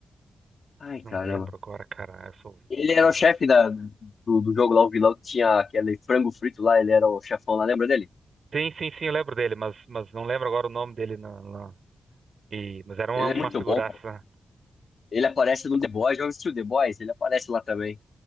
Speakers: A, on the left (about 50°); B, on the right (about 50°).
A: Ai,
B: Não
A: caramba.
B: lembro agora, cara. Eu sou,
A: Ele era
B: cara,
A: o chefe da, do, do jogo lá, o vilão que tinha aquele frango frito lá. Ele era o chefão lá, lembra dele?
B: Sim, sim, sim, eu lembro dele, mas, mas não lembro agora o nome dele. na na- E, mas era uma,
A: Ele
B: uma
A: é muito
B: figuraça.
A: bom, cara. Ele aparece no The Boys. Já assistiu The Boys? Ele aparece lá também.